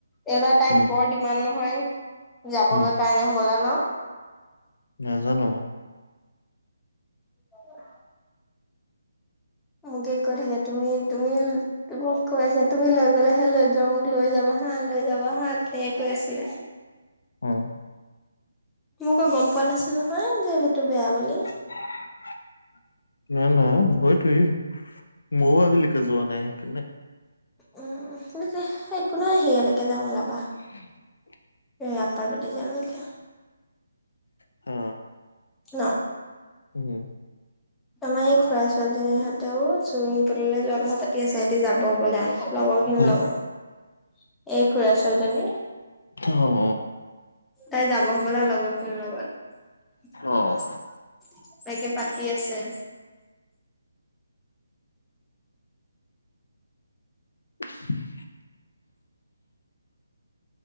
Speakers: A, in the centre; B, on the left (about 70°).
A: এইবাৰ তাই
B: উম,
A: বৰ ডিমাণ্ড নহয়। যাবগৈ
B: উম,
A: কাৰণে হব'লা ন
B: নাজানো।
A: উম। মোকে কৈ থাকে তুমি তুমি মোক কৈ আছে তুমি লৈ গ'লে হে ল যোৱা মোক লৈ যাবা হা লৈ যাবা হা সেনেকে কৈ আছিলে।
B: হয়।
A: মোকো গম পোৱা নাছিল নহয় যে সেইটো বেয়া বুলি।
B: <unintelligible> নাই না সতোৱেই মইয়ো আজিলৈকে যোৱা নাই সেইকাৰনে
A: উম একো নহয় সেইয়ালৈকে যাম ওলাবা।
B: <inaudible>
A: এই আপাৰ ভটিজা লৈকে আহ।
B: অ
A: ন'।
B: উম।
A: আমাৰ এই খুৰা -ছোৱালীজনীৰ সতেও, চুমিং পুললৈ যোৱা কথা পাতি আছে। সিহঁতেযাব বোলা। লগৰ খিনিৰ
B: ক'ত
A: লগত। এই খুৰা ছোৱালীজনী।
B: কি খবৰ।
A: তাই যাব হ'বলা, লগৰখিনিৰ লগত।
B: অ',
A: তাইকে পাতি আছে।
B: <unintelligible>